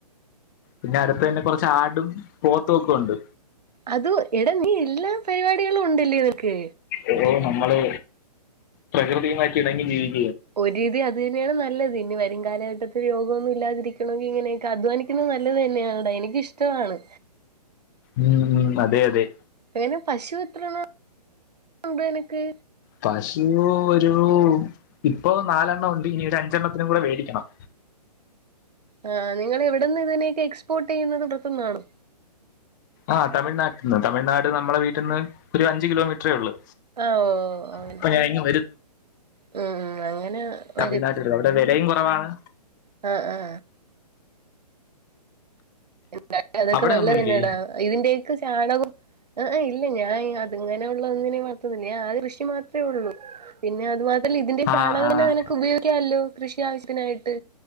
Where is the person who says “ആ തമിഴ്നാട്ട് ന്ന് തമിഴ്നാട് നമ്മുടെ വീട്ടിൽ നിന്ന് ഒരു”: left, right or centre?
Left